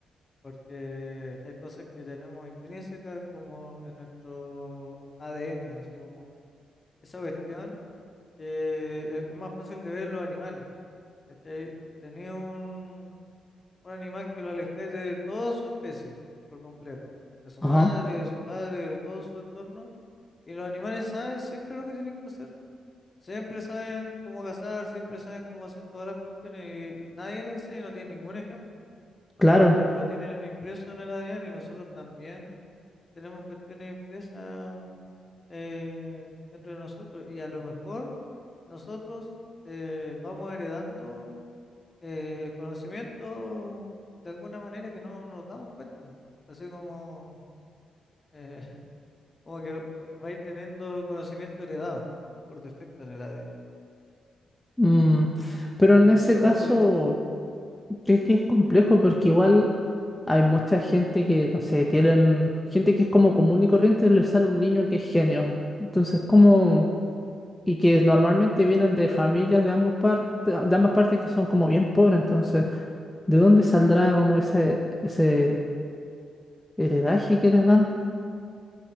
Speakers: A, on the left (about 30°); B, in the centre.
A: porque hay cosas que tenemos intrínsecas como en nuestro ADN, así como esa cuestión que es es más fácil de ver en los animales. ¿Cachai? Tenía un, un animal que lo alejáis de toda su especie, por completo, de su
B: Ajá,
A: madre, de su padre, de todo su entorno, y los animales saben siempre lo que tienen que hacer. Siempre saben cómo cazar, siempre saben cómo hacer todas las cuestiones y nadie le enseña, no tiene ningún ejemplo,
B: claro.
A: y lo- porque lo tienen impreso en el ADN y nosotros también tenemos cuestiones impresas eh, dentro de nosotros y a lo mejor nosotros eh, vamos heredando eh, conocimiento de alguna manera que no nos damos cuenta, así como, eh, <laughs> como que va- vais teniendo conocimiento heredado por defecto en el ADN,
B: Mm, pero
A: pero
B: en
A: no
B: ese
A: entiendo
B: caso...
A: cómo podría ser.
B: Es que es complejo porque igual hay mucha gente que, no sé, tienen gente que es como común y corriente, les sale un niño que es genio. Entonces, como, y que normalmente vienen de familias de ambos partes, de ambas partes que son como bien pobres. Entonces, ¿de dónde saldrá como ese, ese heredaje que les dan?